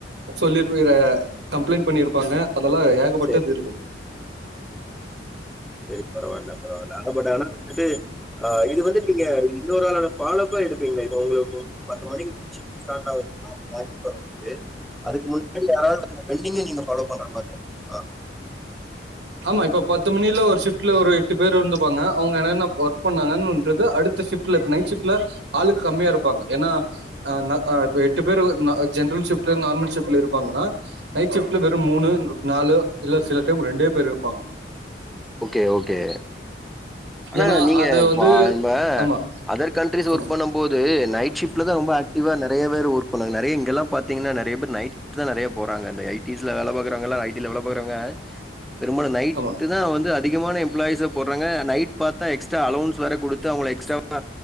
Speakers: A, on the right (about 70°); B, in the centre.
A: சொல்லிருப்பிற கம்ப்ளைண்ட் பண்ணிருப்பாங்க அதெல்லா ஏகப்பட்டது
B: சரி சரி
A: இருக்கு
B: சேரி பரவால்ல பரவால்ல ஆனா பட் ஆனா வந்துட்டு ஆ இது வந்து நீங்க இன்னொரு ஆளோட ஃபாலோ இப்ப எடுப்பீங்ளா இப்போ உங்களுக்கு பத்து மணிக்கு ஷிஃப்ட்டு ஸடார்ட் ஆகுதுனா அத லாகின் பண்ணுவோ து அதுக்கு முன்னாடி யாராவ்து வந்தா வெல்லிங்கா நீங்க ஃபாலோ பண்ற மாரி இருக்குங்ளா
A: ஆமா இப்ப பத்து மணில ஒரு ஷிஃப்ட்ல ஒரு எட்டு பேரு இருந்துக்வாங்க அவுங்க என்னென்ன ஒர்க் பண்ணாங்கன்றது அடுத்து ஷிஃப்ட்ல இப்ப நைட் ஷிஃப்ட்ல ஆளுக் கம்மியா இருப்பாங்க ஏனா அ நா ஆ இப்ப எட்டு பேருல நா ஜென்ட்ரல் ஷிஃப்ட்ல நார்மல் ஷிஃப்ட்ல இருப்பாங்கனா நைட் ஷிஃப்ட்ல வெரு மூணுங் நாலு இல்ல சிலட் ரெண்டே பேர் இருப்பாங்க
B: ஓகே ஓகே ஆனா
A: ஏன்னா,
B: நீங்க
A: அது வந்து
B: வால்ப இந்த
A: ஆமா,
B: அதற் கண்ட்ரிஸ்
A: ஆமா,
B: ஒர்க் பண்ணும் போது நைட் ஷிப்டில தான் ரொம்ப ஆக்டிவா நெறைய பேர் ஒர்க் பன்னாது நெரையா இங்கல்லா பாத்தீங்கனா நிறையா பேர் நைட்ல நெறைய போராங்க இந்த ஐடீஸ்ல வேல பாக்குரவங்கலா ஐடீ ல சொல்ல போறங்க பெரும்பாலும் நைட்டு
A: ஆமா.
B: தான் வந்து அதிகமான எம்ப்ளாய்ஸ்ச போடுறாங்க நைட் பாத்தா எக்ஸ்ட்ரா அலவுன்ஸ் வேர குடுத்து அவுங்கள எக்ஸ்ட்ராவா